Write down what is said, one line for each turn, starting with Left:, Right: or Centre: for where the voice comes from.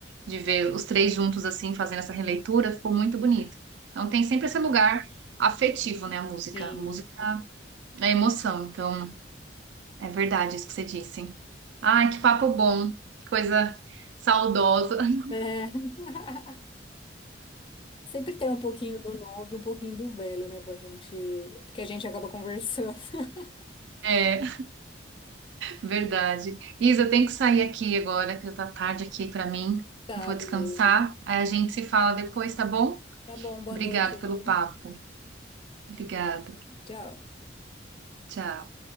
Right: de ver os três juntos, assim, fazendo essa releitura, ficou muito bonito. Então tem sempre esse lugar afetivo, né, a música.
Left: Sim.
Right: A música é emoção, então... É verdade isso que você disse. Ai, que papo bom, que coisa saudosa. <laughs>
Left: É. <laughs> Sempre tem um pouquinho do novo e um pouquinho do velho, né, pra gente. Porque a gente acaba conversando. <laughs>
Right: É, verdade. Isa, eu tenho que sair aqui agora, que já tá tarde aqui pra mim.
Left: Tá,
Right: Vou
Left: beleza.
Right: descansar. Aí a gente se fala depois, tá bom?
Left: Tá bom, boa
Right: Obrigado
Left: noite aí.
Right: pelo papo. Obrigada.
Left: Tchau.
Right: Tchau.